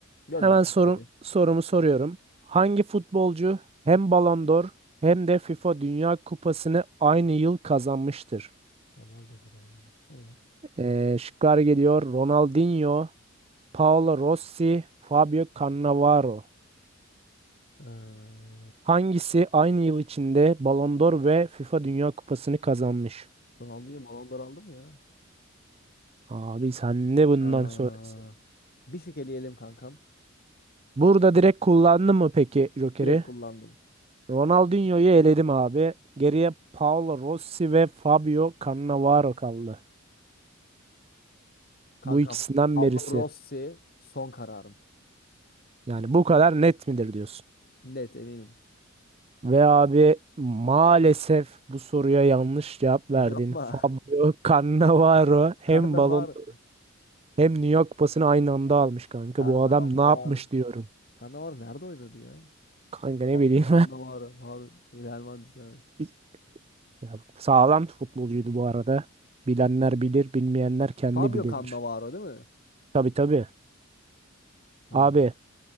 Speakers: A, on the left; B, on the right.
A: Gönder.
B: Hemen sorum,
A: içeri.
B: sorumu soruyorum. Hangi futbolcu hem Ballon d'Or hem de FIFA Dünya Kupası'nı aynı yıl kazanmıştır?
A: Ronaldo'dur herhalde. Evet.
B: Eee şıklar geliyor. Ronaldinho, Paolo Rossi, Fabio Cannavaro.
A: Ee,
B: Hangisi aynı yıl içinde Ballon d'Or ve FIFA Dünya Kupası'nı kazanmıştır?
A: Ronaldo'yu Ballon d'Or aldı mı ya?
B: Abi sen de bundan
A: Aa,
B: sonrası.
A: bir şık eleyelim kankam.
B: Burada direkt kullandın mı peki Joker'i?
A: Direkt kullandım.
B: Ronaldinho'yu eledim abi. Geriye Paolo Rossi ve Fabio Cannavaro kaldı.
A: Kankam.
B: Bu ikisinden
A: Pablo
B: birisi.
A: Rossi son kararım.
B: Yani bu kadar net midir diyorsun?
A: Net eminim.
B: Ve abi maalesef bu soruya yanlış cevap verdin.
A: Yapma.
B: Fabio Cannavaro hem
A: <laughs> Karnavar.
B: balon hem New York pasını aynı anda almış kanka.
A: Karnavar.
B: Bu adam ne yapmış diyorum.
A: Karnavar nerede oynadı ya?
B: Kanka ne
A: Fabio
B: bileyim.
A: Cannavaro. Har Real Madrid'de. ha.
B: <laughs> Ya, sağlam futbolcuydu bu arada. Bilenler bilir, bilmeyenler kendi
A: Fabio
B: bilir.
A: Cannavaro değil mi?
B: Tabii tabii.
A: Ha.
B: Abi